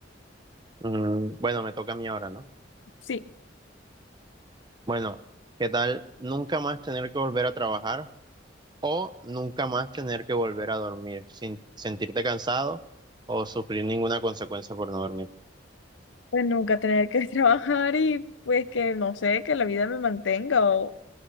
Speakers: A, on the right; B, on the left.
A: Mm, bueno, me toca a mí ahora, ¿no?
B: Sí.
A: Bueno, ¿qué tal nunca más tener que volver a trabajar o nunca más tener que volver a dormir sin sentirte cansado o sufrir ninguna consecuencia por no dormir?
B: pues nunca tener que <laughs> trabajar y pues que no sé, que la vida me mantenga o,